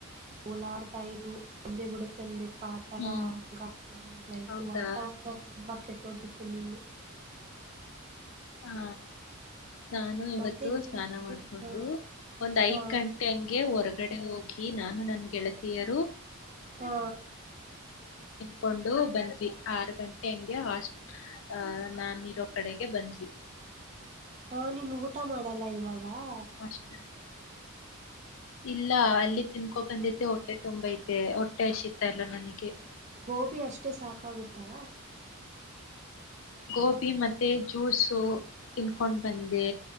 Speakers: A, on the right (about 35°); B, on the left (about 60°).
A: ಓಲಾಡ್ತಾ ಇದ್ವು ಬಿದ್ದೆ ಬಿಡುತ್ತನ್ಬೇಕು. ಆ ತರ
B: ಹ್ಮ್
A: ಗಾಳಿ ಮಳೆಯಲ್ಲ ಇತ್ತು
B: ಹೌದಾ
A: ವಾತಾವರಣ ತುಂಬಾ ಕೆಟ್ಟ. ಹೋಗಿತ್ತು ನಿನ್ನೆ.
B: ಹಾ. ನಾನು
A: ಆ
B: ಇವತ್ತು
A: ಮತ್ತೆ ನೀನ್
B: ಸ್ನಾನ ಮಾಡ್ಕೊಂಡು
A: ಹಾ
B: ಒಂದ್ ಐದ್
A: ಹಾ
B: ಗಂಟೆ ಹಂಗೆ ಹೊರಗ್. ಹೊಗಡೆ ಹೋಗಿ ನಾನು ನನ್ನ ಗೆಳತಿಯರು.
A: ಹಾ.
B: ಕೊಂಡು ಬಂದ್ವಿ ಆರು ಗಂಟೆ ಹಂಗೆ ಹಾಸ್ಟ್ ಅಹ ನಾನಿರೋ ಕಡೆಗೆ ಬಂದ್ವಿ.
A: ಹಾ ನೀನ್ ಊಟ ಮಾಡಲ್ಲ ಇವಾಗ. ವಾ.
B: ಅಷ್ಟ ಇಲ್ಲ ಅಲ್ಲಿ ತಿನ್ಕ. ಕೋಕ್ ತಂದಿದ್ದೆ ಹೊಟ್ಟೆ ತುಂಬ ಐತೆ ಹೊಟ್ಟೆ ಹಸಿತ ಇಲ್ಲ ನನಗೆ.
A: ಗೋಬಿ ಅಷ್ಟೇ ಸಾಕಾಗುತ್ತಾ.
B: ಗೋಬಿ ಮತ್ತೆ ಜ್ಯೂಸು. ತಿನ್ಕೊಂಡು ಬಂದೆ.